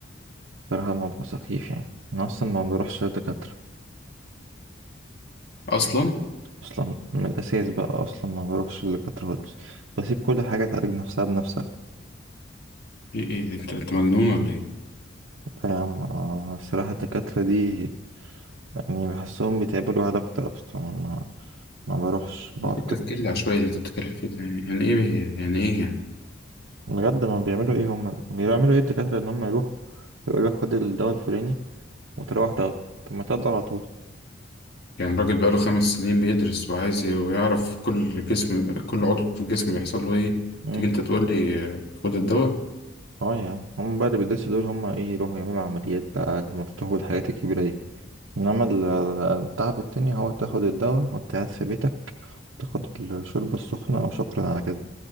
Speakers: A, on the right (about 85°); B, on the left (about 55°).
A: صراحة الموضوع سخيف يعني انا اصلا ما بروحش للدكاترة
B: اصلا
A: اصلا من الاساس بقى اصلا ما بروحش للدكاترة خالص بسيب كل حاجة تعالج نفسها بنفسها
B: ايه إيه، انت انت مجنون ولا ايه
A: طيب يا عم آه، الصراحة الدكاترة دي يعني بحسهم بيتعبوا الواحد اكتر اصلا ما ما بروحش بقعد
B: ايه التفكير
A: كده
B: العشوائي اللي انت بتتكلم فيه ده يعني ايه يعني ايه يعني
A: بجد ما بيعملوا ايه هم بيعملوا ايه الدكاترة ان هم يروح ويقول لك خد الدواء الفلاني وتروح تاخده طب ما تاخده على طول
B: يعني الراجل بقاله خمس سنين بيدرس وعايز ي- ويعرف كل جسم كل عضو في الجسم بيحصل له ايه
A: امم
B: تيجي انت تقول لي آه، خد الدواء
A: اه يا عم هم بقى اللي بيدرسوا دول هم ايه يروحوا يعملوا عمليات بقى المفتوح والحاجات الكبيرة دي انما ال- ال- التعب التاني هو تاخد الدواء وانت قاعد في بيتك تاخد الشوربة السخنة وشكرا على كده